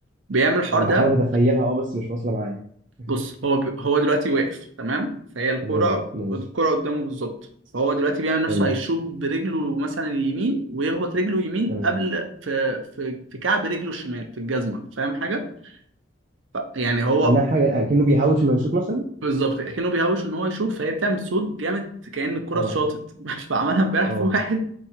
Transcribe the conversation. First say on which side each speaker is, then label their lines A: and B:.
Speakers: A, on the right (about 80°); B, on the right (about 45°).
A: بيعمل الحوار
B: انا
A: ده
B: بحاول اتخيلها اه بس مش واصلة معايا <laughs>
A: بص هو ب... هو دلوقتي واقف تمام فهي الكرة
B: تمام ماشي
A: الكرة قدامه بالظبط فهو دلوقتي بيعمل نفسه
B: حلو
A: هيشوط برجله مثلا اليمين ويخبط رجله يمين
B: تمام
A: قبل في في في كعب رجله الشمال في الجزمة فاهم حاجة؟ ف... يعني هو
B: اكنها حاجة اكنه بيهوش انه يشوط مثلا
A: بالظبط كأنه بيهوش ان هو يشوط فهي بتعمل صوت جامد كأن الكرة
B: اه
A: اتشاطت <laughs> فعملها امبارح
B: اه
A: في واحد